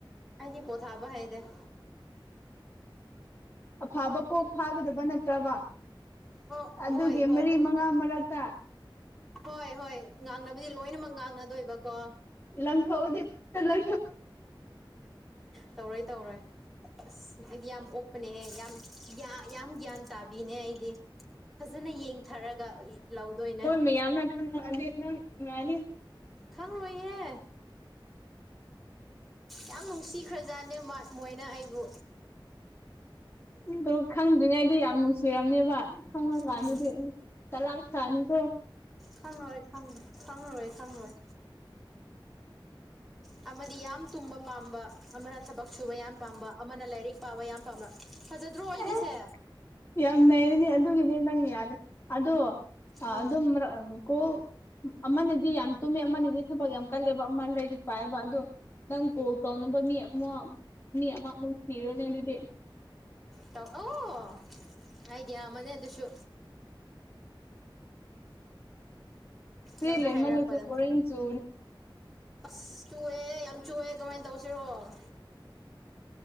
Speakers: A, in the centre; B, on the left.
A: ꯑꯩꯗꯤ ꯄꯣꯊꯥꯕ ꯍꯥꯏꯗꯦ
B: ꯑꯐꯥꯕ ꯀꯣꯛ ꯐꯥꯒꯗꯕ ꯅꯠꯇ꯭ꯔꯕ
A: ꯑꯣ
B: ꯑꯗꯨꯒꯤ
A: ꯍꯣꯏ ꯍꯣꯏ
B: ꯃꯔꯤ ꯃꯉꯥ ꯃꯔꯛꯇ
A: ꯍꯣꯏ ꯍꯣꯏ ꯉꯥꯡꯅꯕꯗꯤ ꯂꯣꯏꯅꯃꯛ ꯉꯥꯡꯅꯗꯣꯏꯕꯀꯣ
B: ꯂꯪ ꯊꯧꯗꯦ ꯄꯨ ꯂ
A: ꯇꯧꯔꯣꯏ ꯇꯧꯔꯣꯏ ꯑꯁ ꯑꯩꯗꯤ ꯌꯥꯝ ꯑꯣꯛꯄꯅꯦꯍꯦ ꯌꯥꯝ ꯌꯥꯝ ꯒ꯭ꯌꯥꯟ ꯇꯥꯕꯤꯅꯦ ꯑꯩꯗꯤ ꯐꯖꯅ ꯌꯦꯡꯊꯔꯒ ꯂꯧꯗꯣꯏꯅꯦ
B: ꯃ ꯌꯥꯝꯅ ꯗ ꯌꯥꯅꯤ
A: ꯈꯪꯔꯣꯏꯍꯦ ꯌꯥꯝ ꯅꯨꯡꯁꯤꯈ꯭ꯔꯖꯥꯠꯅꯦ ꯃꯣꯏꯅ ꯑꯩꯕꯨ
B: ꯑꯗꯣ ꯈꯪꯗ꯭ꯔꯤꯉꯩꯗꯤ ꯌꯥꯝ ꯅꯨꯡꯁꯤꯔꯔꯕꯅꯦꯕ ꯈꯪꯉ ꯀꯥꯟꯗꯗꯤ
A: ꯎꯝ
B: ꯇ ꯂꯥꯛ ꯊꯅꯤꯀꯣ
A: ꯈꯪꯉꯣꯏ ꯈꯪꯉ ꯈꯪꯉꯔꯣꯏ ꯈꯪꯉꯣꯏ ꯑꯃꯗꯤ ꯌꯥꯝ ꯇꯨꯝꯕ ꯄꯥꯝꯕ ꯑꯃꯅ ꯊꯕꯛ ꯁꯨꯕ ꯌꯥꯝ ꯄꯥꯝꯕ ꯑꯃꯅ ꯂꯥꯏꯔꯤꯛ ꯄꯥꯕ ꯌꯥꯝ ꯄꯥꯝꯕ ꯐꯖꯗ꯭ꯔꯣ ꯑꯩꯒꯤꯁꯦ
B: ꯑꯦ ꯌꯥꯝ ꯂꯩꯔꯅꯦ ꯑꯗꯨꯒꯤꯅꯦ ꯅꯪ ꯌꯥꯔꯦ ꯑꯗꯣ
A: ꯎꯝ
B: ꯑꯗꯨꯝ ꯀꯣ ꯑꯃꯅꯗꯤ ꯌꯥꯝ ꯇꯨꯝꯃꯦ ꯑꯃꯗꯤ ꯊꯕꯛ ꯌꯥꯝ ꯀꯜꯂꯦꯕ ꯑꯃ ꯂꯔꯤꯛ ꯄꯥꯏꯑꯕ ꯑꯗꯣ ꯅꯪ ꯀꯣꯜ ꯇꯧꯅꯕ ꯃꯤ ꯑꯃ ꯃꯤ ꯑꯃꯃꯨꯛ ꯊꯤꯔꯨꯅꯦ ꯑꯗꯨꯗꯤ
A: ꯇꯧ ꯑꯣ ꯑꯥꯏꯗꯤꯌꯥ ꯑꯃꯅꯦ ꯑꯗꯨꯁꯨ
B: ꯐꯔꯤ
A: ꯅꯪꯅ
B: ꯂꯩꯃꯜ
A: ꯍꯥꯏꯔꯛꯄꯗ
B: ꯂꯁꯨ ꯁꯨ
A: ꯑ ꯆꯨꯑꯦ ꯌꯥꯝ ꯆꯨꯑꯦ ꯀꯃꯥꯏꯅ ꯇꯧꯁꯤꯔꯣ